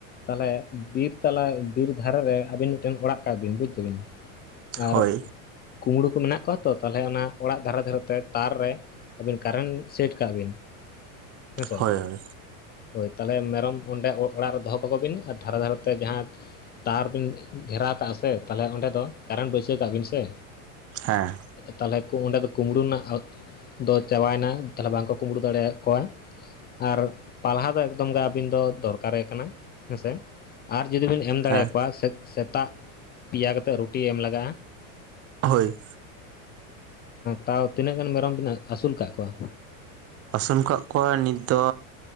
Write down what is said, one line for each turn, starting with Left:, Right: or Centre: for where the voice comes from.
Left: ᱛᱟᱦᱚᱞᱮ ᱵᱤᱨ ᱛᱟᱞᱟ ᱵᱤᱨ ᱫᱷᱟᱨᱮ ᱨᱮ ᱟᱹᱵᱤᱱ ᱢᱤᱫᱴᱮᱱ ᱚᱲᱟᱜ ᱠᱟᱜ ᱵᱤᱱ ᱵᱩᱡ ᱫᱟᱹᱵᱤᱱ᱾ ᱟᱨ
Right: ᱦᱳᱭ
Left: ᱠᱩᱢᱲᱩ ᱠᱚ ᱢᱮᱱᱟᱜ ᱠᱚᱣᱟ ᱛᱚ ᱛᱟᱞᱦᱮ ᱚᱱᱟ ᱚᱲᱟᱜ ᱫᱷᱟᱨᱮ ᱫᱷᱟᱨᱮ ᱛᱮ ᱛᱟᱨ ᱨᱮ᱾ ᱟᱹᱵᱤᱱ ᱠᱟᱨᱮᱱᱴ ᱥᱮᱴ ᱠᱟᱜ ᱵᱤᱱ ᱦᱮᱸᱥᱮ
Right: ᱦᱳᱭ ᱦᱳᱭ
Left: ᱦᱳᱭ ᱛᱟᱦᱚᱞᱮ ᱢᱮᱨᱚᱢ ᱚᱸᱰᱮ ᱚᱲᱟᱜ ᱨᱮ ᱫᱚᱦᱚ ᱠᱟᱠᱚ ᱵᱤᱱ ᱟᱨ ᱫᱷᱟᱨᱮ ᱫᱷᱟᱨᱮ ᱛᱮ ᱡᱟᱦᱟᱸ᱾ ᱛᱟᱨ ᱵᱤᱱ ᱜᱷᱮᱨᱟᱣ ᱠᱟᱜᱼᱟ ᱥᱮ ᱛᱟᱦᱚᱞᱮ ᱚᱸᱰᱮ ᱫᱚ ᱠᱟᱨᱮᱱᱴ ᱵᱟᱹᱭᱥᱟᱹᱣ ᱠᱟᱜ ᱵᱤᱱ ᱥᱮ᱾
Right: ᱦᱮᱸ
Left: ᱛᱟᱦᱚᱞᱮ ᱚᱸᱰᱮ ᱫᱚ ᱠᱩᱢᱵᱽᱲᱩ ᱨᱮᱱᱟᱜ ᱫᱚ ᱪᱟᱵᱟᱭᱮᱱᱟ ᱛᱟᱦᱚᱞᱮ ᱵᱟᱝᱠᱚ ᱠᱩᱢᱵᱽᱲᱩ ᱫᱟᱲᱮᱭᱟ ᱠᱚᱣᱟ᱾ ᱟᱨ ᱯᱟᱞᱦᱟ ᱫᱚ ᱮᱠᱫᱚᱢ ᱜᱮ ᱟᱹᱵᱤᱱ ᱫᱚ᱾ ᱫᱚᱨᱠᱟᱨᱮ ᱠᱟᱱᱟ ᱦᱮᱸᱥᱮ ᱟᱨ ᱡᱩᱫᱤ ᱵᱮᱱ ᱮᱢ ᱫᱟᱲᱮᱭᱟᱠᱚᱣᱟ
Right: ᱦᱮᱸ
Left: ᱥᱮ- ᱥᱮᱛᱟᱜ ᱯᱮᱭᱟ ᱠᱟᱛᱮᱫ ᱨᱩᱴᱤ ᱮᱢ ᱞᱟᱜᱟᱜᱼᱟ,
Right: ᱦᱳᱭ
Left: ᱛᱟᱣ ᱛᱤᱱᱟᱹᱜ ᱜᱟᱱ ᱢᱮᱨᱚᱢ ᱵᱤᱱ ᱟᱹᱥᱩᱞ ᱠᱟᱜ ᱠᱚᱣᱟ᱾
Right: ᱟᱹᱥᱩᱞ ᱠᱟᱜ ᱠᱚᱣᱟ ᱱᱤᱛ ᱫᱚ